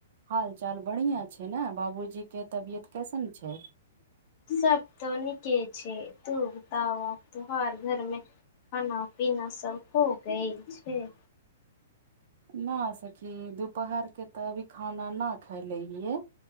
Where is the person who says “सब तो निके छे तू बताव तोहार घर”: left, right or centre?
Left